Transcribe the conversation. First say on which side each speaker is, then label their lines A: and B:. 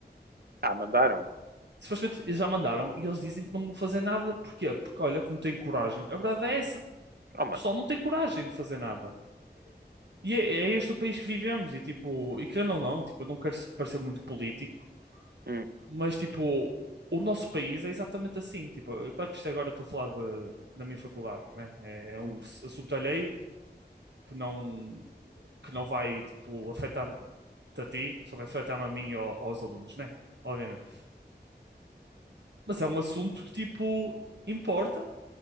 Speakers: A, on the right; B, on the right.
A: Ah, mandaram.
B: Supostamente eles já mandaram e eles dizem que não vão fazer nada. Porquê? Porque olha, que não tem coragem. A verdade é essa. O
A: Oh, mano.
B: pessoal não tem coragem de fazer nada. E é, é este o país que vivemos. E tipo, e querendo ou não, tipo, eu não quero parecer muito político,
A: Hum,
B: mas tipo, o nosso país é exatamente assim. Tipo, eu, claro que isto agora estou a falar de- da minha faculdade, né? É, é um
A: hum.
B: assunto alheio que não que não vai tipo afetar a ti, só vai afetar-me a mim e aos alunos, né? Obviamente. Mas é um assunto que, tipo, importa,